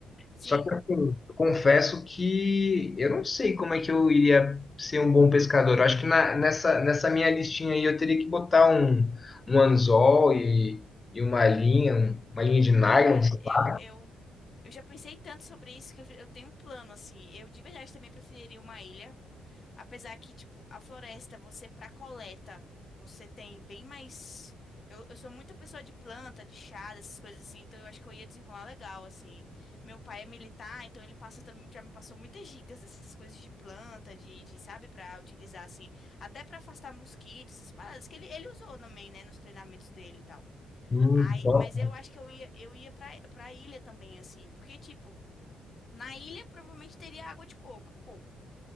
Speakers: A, on the left (about 45°); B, on the left (about 30°).
A: Sim.
B: Só que assim, eu confesso que eu não sei como é que eu iria ser um bom pescador. Eu acho que na- nessa, nessa minha listinha aí eu teria que botar um, um anzol e, e uma linha, um- uma linha de nylon,
A: Cara,
B: sei
A: eu,
B: lá.
A: eu, eu já pensei tanto sobre isso que eu, eu tenho um plano, assim. Eu de verdade também preferiria uma ilha. Apesar que, tipo, a floresta, você pra coleta, você tem bem mais. Eu, eu sou muita pessoa de planta, de chá, dessas coisas assim, então eu acho que eu ia desenrolar legal, assim. Meu pai é militar, então ele passa também, já me passou muitas dicas dessas coisas de planta, de, de, sabe, pra utilizar, assim, até pra afastar mosquitos, essas paradas que ele, ele usou também, né, nos treinamentos dele e tal.
B: Hum,
A: Aí,
B: bom.
A: mas eu acho que eu ia, eu ia pra, pra ilha também, assim. Porque, tipo, na ilha provavelmente teria água de coco e coco,